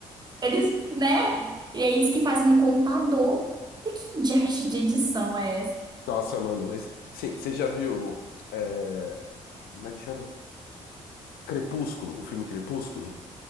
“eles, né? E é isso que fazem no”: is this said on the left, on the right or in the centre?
Right